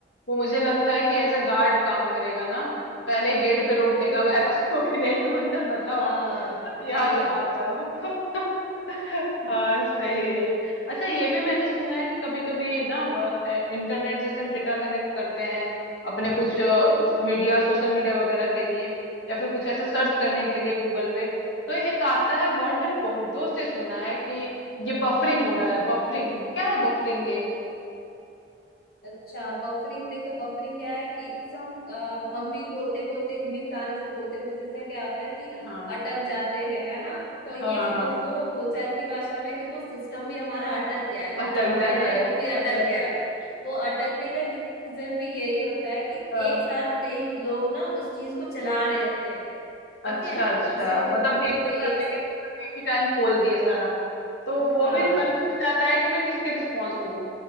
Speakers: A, on the left; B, on the left.
A: वो मुझे लगता है कि एज अ गार्ड काम करेगा ना पहले ही गेट पे
B: बिल्कुल
A: रोक देगा वायरस को कि नहीं तुम अंदर मत आओ
B: हाँ
A: <laughs> यहाँ
B: नहीं
A: से
B: आओ
A: बाहर जाओ
B: <laughs>
A: <laughs> हाँ सही
B: बिल्कुल
A: है ये अच्छा ये भी मैंने सुना है कि कभी कभी ना इंटरनेट जैसे हम डेटा कनेक्ट करते हैं अपने कुछ मीडिया सोशल मीडिया वगैरह के लिए या फिर कुछ ऐसे सर्च करने
B: हम्म।
A: के लिए गूगल पे तो एक आता है वर्ड मैंने बहुतों से सुना है कि ये बफरिंग हो रहा है बफरिंग क्या है बफरिंग ये
B: अच्छा बफरिंग देखो बफरिंग क्या है कि जैसे हम अ, हम भी बोलते बोलते हम भी इंसान ऐसे बोलते बोलते से क्या होता है कि
A: हाँ
B: अटक जाते हैं है ना तो
A: हाँ
B: ये
A: हाँ
B: समझ
A: हाँ
B: लो बोलचाल की भाषा में कि वो सिस्टम भी हमारा अटक गया है वो
A: अटक
B: जहाँ
A: जाता
B: पे है
A: है
B: वो भी
A: अच्छा
B: अटक
A: अच्छा
B: गया है वो अटकने का रीजन भी यही होता है
A: हाँ,
B: कि एक साथ कई लोग ना उस चीज को चला रहे होते हैं
A: अच्छा
B: ठीक है
A: अच्छा
B: जैसे को,
A: मतलब ढेर
B: कोई
A: सारे
B: एक
A: एप्लीकेशन एक ही टाइम खोल दिए सारा तो वो
B: हाँ
A: भी कंफ्यूज हो जाता है कि मैं किसके रिस्पॉन्स दूं